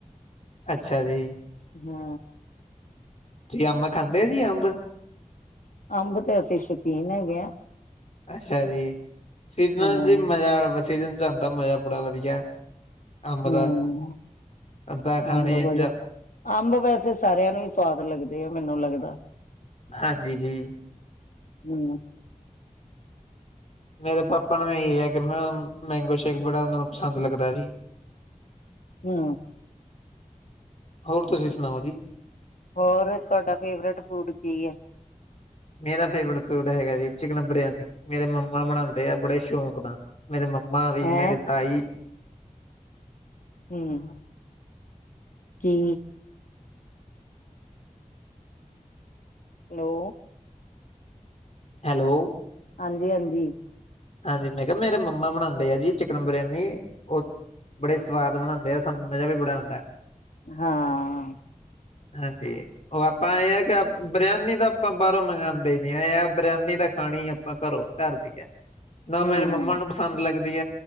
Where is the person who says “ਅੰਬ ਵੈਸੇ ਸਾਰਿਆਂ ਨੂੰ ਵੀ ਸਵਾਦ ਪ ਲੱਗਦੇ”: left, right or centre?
Left